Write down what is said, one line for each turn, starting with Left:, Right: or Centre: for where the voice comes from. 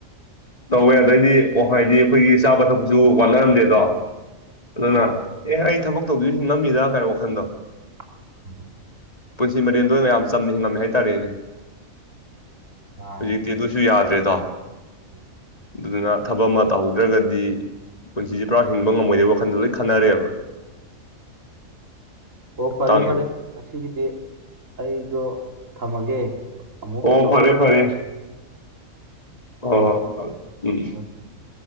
Left: ꯇꯧꯋꯦ ꯍꯥꯢꯗꯤ ꯋꯥꯈꯥꯏꯒꯤ ꯑꯈꯣꯢꯒꯤ ꯆꯥꯕ ꯊꯛꯄꯁꯨ ꯋꯥꯠꯍꯜꯗꯦꯗꯣ ꯑꯗꯨꯅ
Right: ꯑꯥ
Left: ꯑꯦ ꯑꯩ ꯊꯕꯛ ꯇꯧꯗꯤꯔ ꯍꯤꯡ ꯉꯝꯃꯤꯗ ꯀꯥꯢ ꯋꯥꯈꯜꯗꯣ
Right: <inaudible>
Left: ꯄꯨꯟꯁꯤ ꯃꯔꯦꯟꯗꯣ ꯌꯥꯝ ꯆꯝꯅ ꯍꯤꯡꯉꯝꯃꯦ ꯍꯥꯏꯇꯥꯔꯦꯅꯦ
Right: ꯃꯥꯅꯤ
Left: ꯍꯧꯖꯤꯛꯇꯤ
Right: ꯍꯣꯏ
Left: ꯑꯗꯨꯁꯨ ꯌꯥꯗ꯭ꯔꯦꯗꯣ
Right: <inaudible>
Left: ꯑꯗꯨꯗ ꯊꯕꯛ ꯑꯃ ꯇꯧꯍꯧꯗ꯭ꯔꯒꯗꯤ ꯄꯨꯟꯁꯤꯁꯦ ꯄꯨꯔꯥ ꯍꯤꯡꯕ ꯉꯝꯃꯣꯏꯗꯕ ꯋꯥꯈꯟꯗ ꯂꯣꯏ ꯈꯟꯅꯔꯦꯕ
Right: ꯑꯣ ꯐꯔꯦ
Left: ꯇꯥꯡꯉꯦꯕ
Right: ꯐꯔꯦ ꯉꯁꯤ ꯒꯤꯗꯤ ꯑꯩ ꯑꯗꯣ ꯊꯝꯃꯒꯦ ꯑꯃꯨꯛ
Left: ꯑꯣ
Right: ꯇꯧꯔꯛ
Left: ꯐꯔꯦ ꯐꯔꯦ ꯑꯣ ꯍꯣ
Right: ꯍꯣꯏ ꯍꯣꯏ
Left: ꯍꯣꯢ
Right: ꯊꯝꯃꯦ
Left: ꯎꯝ